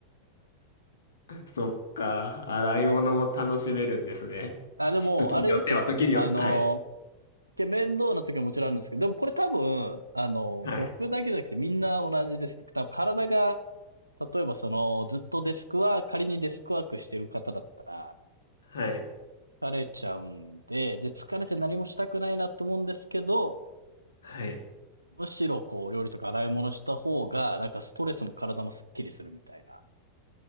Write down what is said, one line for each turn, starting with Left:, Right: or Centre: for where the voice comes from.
Left: そっか、洗い物も楽しめるんですね。
Right: あの、あ、でも、
Left: 時によっては、
Right: あれですよ。
Left: 時によって、
Right: あの、
Left: はい。
Right: け面倒な時はもちろんあるんですけど、でもこれ多分、あの、
Left: はい。
Right: 僕だけじゃなくてみんな同じですよ。多分体が、例えばその、ずっとデスクワーク、仮にデスクワークしてる方だったら、
Left: はい。
Right: 疲れちゃうんで、で、疲れて何もしたくないなと思うんですけど、
Left: はい。
Right: むしろこう、料理とか洗い物した方が、なんかストレスも体もスッキリするみたいな。